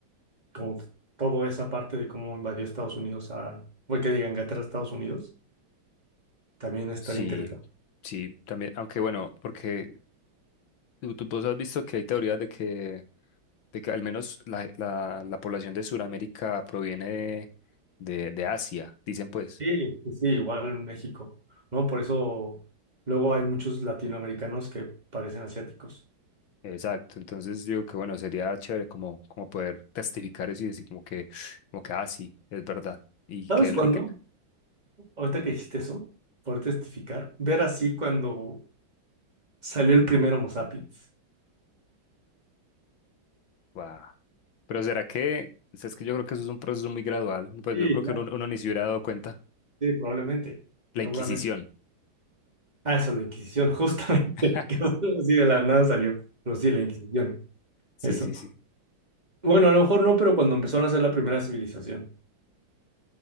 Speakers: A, on the right; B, on the left.
A: como toda esa parte de cómo invadió Estados Unidos a, voy que diga Inglaterra, a Estados Unidos, también estar
B: Sí,
A: interesante.
B: sí, también, aunque bueno, porque tú, tú vos has visto que hay teorías de que, de que al menos la, la, la población de Sudamérica proviene de, de, de Asia, dicen pues.
A: Sí, sí, sí, igual en México, ¿no? Por eso luego hay muchos latinoamericanos que parecen asiáticos.
B: Exacto, entonces digo que bueno, sería chévere como, como poder testificar eso y decir como que, como que, ah, sí, es verdad, y
A: ¿Sabes
B: que,
A: cuándo?
B: y que,
A: Ahorita que dijiste eso, por testificar, ver así cuando salió el primer Homo sapiens.
B: wow. Pero será que, o sea, es que yo creo que eso es un proceso muy gradual, pues
A: Sí,
B: yo creo
A: claro.
B: que uno, uno ni se hubiera dado cuenta,
A: Sí, probablemente,
B: la
A: seguramente.
B: Inquisición,
A: Ah, eso, la Inquisición, justamente.
B: <laughs>
A: <laughs> que Así de la nada salió. Pero sí, la Inquisición.
B: sí,
A: Eso.
B: sí, sí.
A: Bueno, a lo mejor no, pero cuando empezaron a hacer la primera civilización.